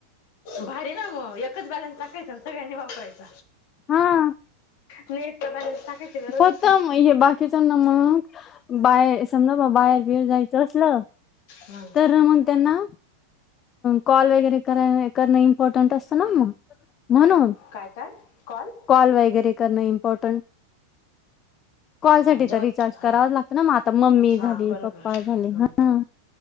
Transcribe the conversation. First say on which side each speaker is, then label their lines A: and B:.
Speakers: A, on the left; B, on the left.
A: भारी ना मग एकच बॅलन्स टाकायचा सगळ्यांनी वापरायच
B: हा
A: नेटचा बॅलन्स टाकायची गरजच
B: फक्त म ए बाकी किच ना मग बाहेर समजा बा बाहेर बिर जायचं असलं
A: नाही हम्म.
B: तर मग त्यांना कॉल वगैरे कराय करणं इम्पॉर्टंट असतं ना मग म्हणून
A: काय काय कॉल?
B: कॉल वगैरे करणं इम्पॉर्टंट कॉल
A: हां
B: साठी
A: जेवत
B: तर रिचार्ज
A: हां
B: करावाच लागत ना म आता मम्मी
A: हां
B: झाली
A: बरोबर
B: पप्पा झाले
A: हम्म.
B: हं